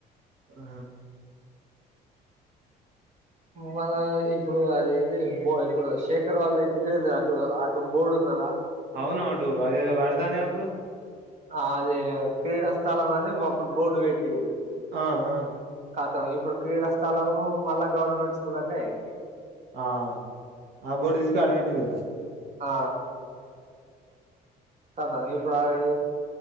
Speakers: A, on the right (about 75°); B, on the right (about 45°).
A: ఆ
B: మన ఇప్పుడు అది ఏది ఇప్పుడు శేఖర్ వాళ్ళ ఇంటికి మీది అటు అటు బోర్డు ఉన్నదా
A: అవునొ డు అదేదో కడతంది కదా అప్పుడు
B: అదే క్రీడా స్థలం అని అప్పుడు బోర్డు పెటిరు
A: ఆ ఆ
B: కతం ఇప్పుడు క్రీడా స్థలము మళ్ళా గవర్నమెంట్ స్కూలకె ఐంది
A: ఆ ఆ బొడు తీసకపొయి ఆడ పెట్టిల్లు కదా
B: ఆ కతం ఇప్పుడు అవి